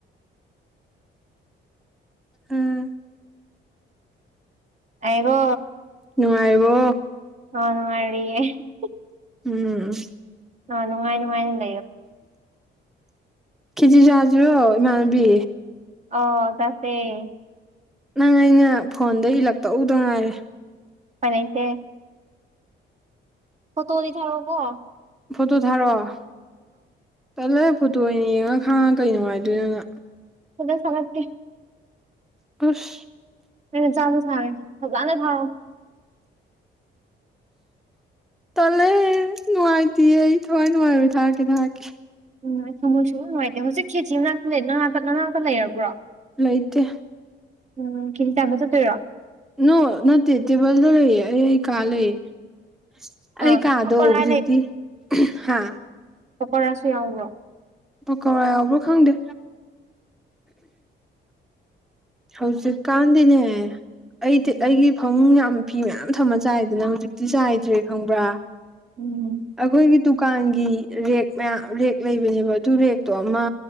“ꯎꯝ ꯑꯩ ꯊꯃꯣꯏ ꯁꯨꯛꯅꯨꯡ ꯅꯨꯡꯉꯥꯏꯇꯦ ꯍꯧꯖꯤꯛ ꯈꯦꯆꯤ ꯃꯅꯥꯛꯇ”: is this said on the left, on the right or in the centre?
Right